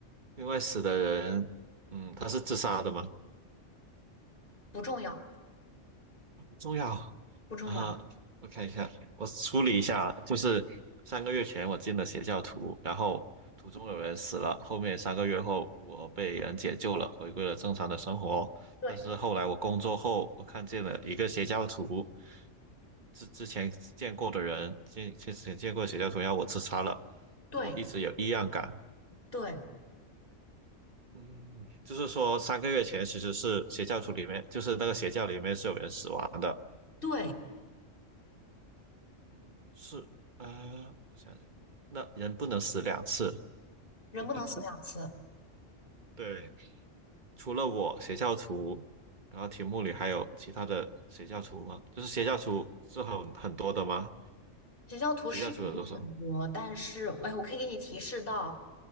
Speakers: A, on the right; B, on the left.
A: 另外死的人，嗯，他是自杀的吗？
B: 不重要
A: 很重要啊！
B: 不重要，
A: 我看一下，我梳理一下啊，就是三个月前我进了邪教徒，然后途中有人死了，后面三个月后我被人解救了，回归了正常的生活。
B: 对
A: 但是后来我工作后，我看见了一个邪教徒，之之前见过的人，见之前见过的邪教徒要我自杀了，
B: 对
A: 我一直有异样感。
B: 对
A: 嗯，就是说三个月前其实是邪教徒里面，就是那个邪教里面是有人死亡的。
B: 对，
A: 嗯，是，啊，我想想，那人不能死两次。
B: 人不能死两次。
A: <laughs> 对，除了我邪教徒，然后题目里还有其他的邪教徒吗？就是邪教徒是很很多的吗？
B: 邪教徒是有很多，
A: 邪教徒有多少？
B: 但是哎，我可以给你提示到，